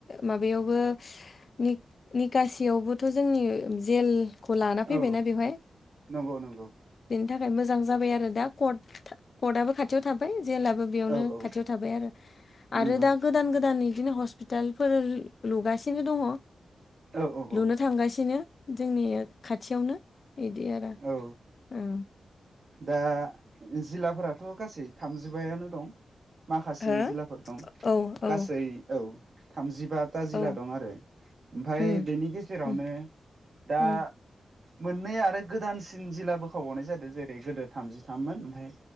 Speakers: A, on the left; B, on the right.
A: माबायावबो निक निकासियावबोथ' जोंनि जेल खौ लाना फैबायना
B: औ
A: बेवहाय।
B: नंगौ नंगौ।
A: नि थाखाय मोजां जाबाय आरो दा कद-कदआबो खाथियाव थाबाय। जेलाबो बेयावनो
B: औ औ
A: खाथियाव थाबाय आरो आरो
B: नंगौ
A: दा गोदान गोदाननि। बिदिनो हस्पिटालफोर लुगासिनो दङ
B: औ औ औ
A: लुनो थांगासिनो। जोंनि खाथियावनो इदि आरो
B: औ
A: ओ।
B: दा जिल्लाफोराथ' गासै थामजिबायानो। दं माखासे
A: हो
B: जिला फोर दं
A: औ
B: गासै
A: औ
B: औ थामजिब ता ता जिला
A: औ
B: दं आरो ओमफाय
A: उम
B: बेनि गेजेरावनो
A: उम
B: दा
A: उम
B: मोननैया आरो गोदानसिन जिला बोखावबावनाय जादों जेरै गोदो थामजिथाममोन ओमफाय।